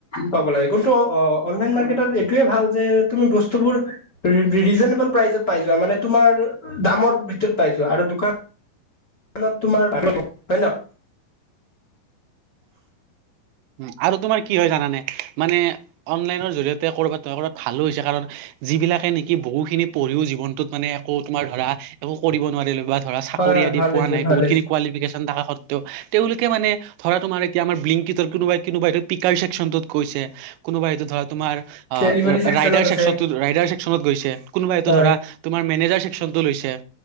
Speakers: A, on the left; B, on the right.
A: পাব লাগে কিন্তু অ অনলাইন মাৰ্কেটত এইটোয়ে ভাল যে নতুন বস্তুবোৰ ৰিজেনেবুল প্ৰাইজত পাই যোৱা মানে তোমাৰ দামত পাইছো আৰু দোকান। ত তোমাৰ হয় ন।
B: উ আৰু তোমাৰ কি হয় জানানে মানে অনলাইনৰ জৰিয়তে কৰ'বাত কৰ'বাত ভালো হৈছে কাৰণ। যিবিলাকে নেকি বহু খিনি পঢ়িও জীৱনতত মানে একো তোমাৰ ধৰা একো কৰিব নোৱাৰিলো বা। ধৰা চাকৰি
A: হয় হয়
B: আদি
A: ভাল
B: পোৱা
A: হৈছে
B: নাই
A: ভাল
B: বহুতখিনি
A: হৈছে
B: কিফিকেশন থকা সত্বেওঁ তেওঁলোকে মানে। ধৰা তোাৰ এতিয়া আমাৰ বিংকটৰ কোনোব কোবা এইটো পিক কশ্যনটোত গৈছে। কোনোবা এইটো ধৰা তোমাৰ
A: ডেলিভাৰী চেকচনত
B: ৰাইডাৰকন
A: আছে
B: ৰাইডাৰ ছেকচনৰ গৈছে কোনোবা এইটো
A: হয়
B: ধৰা তমাৰ মেনেজাৰ। চেশ্যনটো লৈছে।